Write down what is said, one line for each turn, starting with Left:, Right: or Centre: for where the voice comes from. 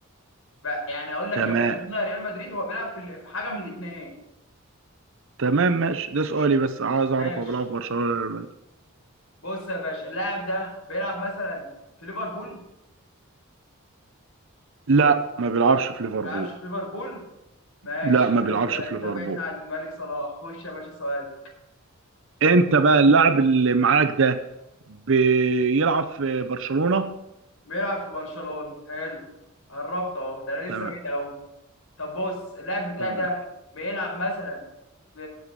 Left: بقى يعني اقول لك
Right: تمام
Left: يا برشلونه يا ريال مدريد هو بيلعب في ال- في حاجه من الاثنين
Right: تمام ماشي ده سؤالي بس عايز اعرف
Left: ماشي
Right: هو بيلعب في برشلونه ولا ريال مدريد
Left: بص يا باشا اللاعب ده بيلعب مثلا في ليفربول
Right: لا ما بيلعبش في ليفربول
Left: ما بيلعبش في ليفربول ماشي
Right: لا ما بيلعبش
Left: حلو ده
Right: في
Left: كده
Right: ليفربول
Left: بعدنا عن الملك صلاح خش يا باشا سؤال
Right: انت بقى اللاعب اللي معاك ده بيلعب في برشلونة
Left: بيلعب في برشلونه حلو قربت اهو ده انا لسه
Right: تمام
Left: بعيد قوي طب بص اللاعب بتاعي
Right: تمام
Left: ده بيلعب مثلا في